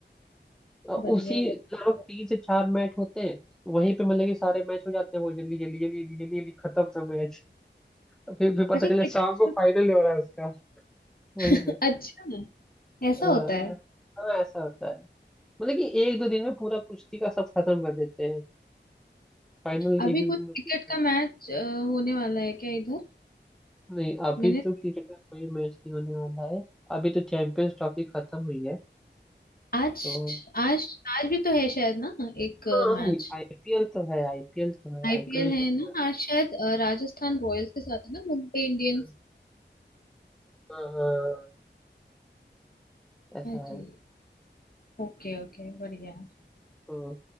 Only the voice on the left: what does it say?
बढ़िया
है बढ़िया।
अच्छा
क्रिकेट
<laughs>
अच्छा ऐसा
होता है
अभी
कुछ
क्रिकेट
का
मैच होने वाला है क्या इधर
मैंने
आज
आज आज भी तो है शायद ना एक
मैच
आईपीएल
है
ना
आज शायद अ, राजस्थान रॉयल्स के साथ है ना मुंबई इंडियंस
हाँ
जी ओके ओके बढ़िया